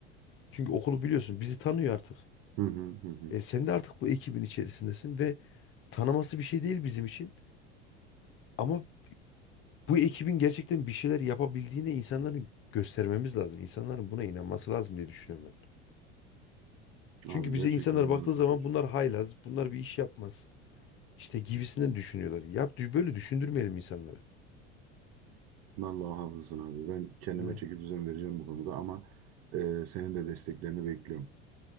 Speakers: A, on the left (about 40°); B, on the right (about 45°).
A: Çünkü okulu biliyorsun bizi tanıyor artık.
B: Hı hı hı hı.
A: E, sen de artık bu ekibin içerisindesin ve tanıması bir şey değil bizim için. Ama bu ekibin gerçekten bir şeyler yapabildiğini insanların göstermemiz lazım. İnsanların buna inanması lazım diye düşünüyorum ben.
B: Abi
A: Çünkü
B: gerçekten
A: bize insanlar
B: doğru
A: baktığı
B: söylüyorsun.
A: zaman bunlar haylaz, bunlar bir iş yapmaz. İşte gibisinden düşünüyorlar. Yap böyle düşündürmeyelim insanları.
B: Vallahi haklısın abi. Ben kendime
A: Hı.
B: çeki düzen vereceğim bu konuda ama e, senin de desteklerini bekliyorum.